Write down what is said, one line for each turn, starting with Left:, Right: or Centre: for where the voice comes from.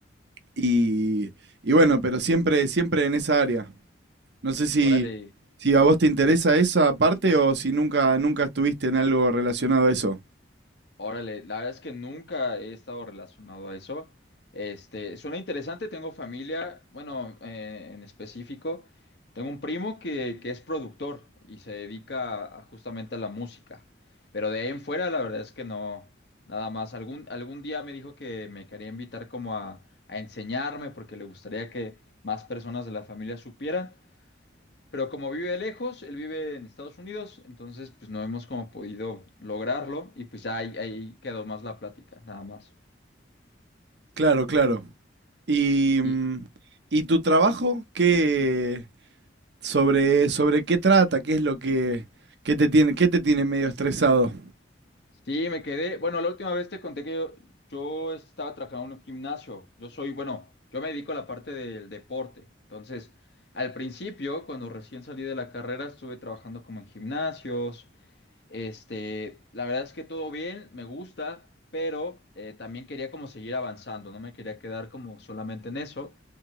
Right: Y, y bueno, pero siempre, siempre en esa área. No sé si,
Left: Órale.
Right: si a vos te interesa esa parte o si nunca, nunca estuviste en algo relacionado a eso.
Left: Órale, la verdad es que nunca he estado relacionado a eso. Este, suena interesante, tengo familia, bueno, eh, en específico, tengo un primo que, que es productor y se dedica a- a justamente a la música. Pero de ahí en fuera, la verdad es que no, nada más. Algún, algún día me dijo que me quería invitar como a, a enseñarme porque le gustaría que más personas de la familia supieran, pero como vive lejos, él vive en Estados Unidos, entonces pues no hemos como podido lograrlo y pues ahí, ahí quedó más la plática, nada más.
Right: Claro, claro. Y, mm,
Left: Y
Right: ¿y tu trabajo? ¿Qué, sobre, sobre qué trata, qué es lo que, qué te tiene, qué te tiene medio estresado.
Left: sí, me quedé, bueno, la última vez te conté que yo, yo estaba trabajando en un gimnasio, yo soy, bueno, yo me dedico a la parte del deporte, entonces al principio, cuando recién salí de la carrera, estuve trabajando como en gimnasios, Este, la verdad es que todo bien, me gusta, pero eh, también quería como seguir avanzando, no me quería quedar como solamente en eso.